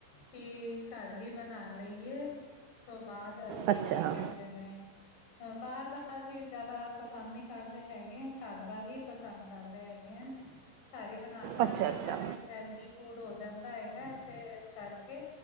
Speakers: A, on the left; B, on the right.
A: ਕਿ ਘਰ ਹੀ ਬਣਾ ਲਈਏ ਉਸ ਤੋਂ ਬਾਅਦ ਅਸੀਂ
B: ਅੱਛਾ
A: ਕੀ ਕਹਿੰਦੇ ਨੇ ਬਾਹਰ ਦਾ ਅਸੀਂ ਜ਼ਿਆਦਾ ਪਸੰਦ ਨਹੀਂ ਕਰਦੇ ਹੈਗੇ ਘਰ ਦਾ ਹੀ ਪਸੰਦ ਕਰਦੇ ਹੈਗੇ। ਘਰ ਹੀ ਬਣਾ ਕੇ
B: ਅੱਛਾ
A: ਨਾਲੇ ਬੱਚਿਆਂ
B: ਅੱਛਾ
A: ਨੂੰ ਇੱਕ ਹੈਲਦੀ ਫੂਡ ਹੋ ਜਾਂਦਾ ਹੈਗਾ ਤੇ ਇਸ ਕਰਕੇ